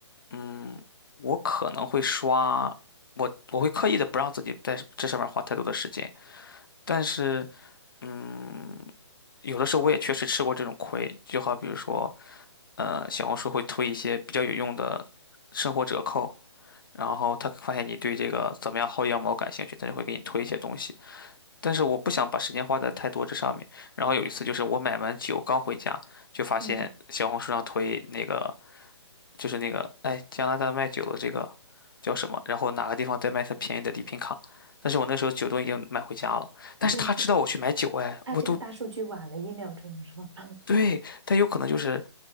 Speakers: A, on the left; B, on the right.
A: 嗯，我可能会刷，我我会刻意的不让自己在这上面花太多的时间，但是，嗯，有的时候我也确实吃过这种亏，就好比如说，呃，小红书会推一些比较有用的生活折扣，然后他发现你对这个怎么样薅羊毛感兴趣，他就会给你推一些东西，但是我不想把时间花在太多这上面。然后有一次就是我买完酒刚回家，就发现小红书上推那个。
B: 嗯，
A: 就是那个，哎，加拿大卖酒的这个叫什么？然后哪个地方在卖他便宜的礼品卡？但是我那时候酒都已经买回家了，但是他知道我去买酒，
B: 那
A: 哎，
B: 他这个大数据晚了一秒钟是吧？
A: 我都
B: <laughs>
A: 对，但有可能就是，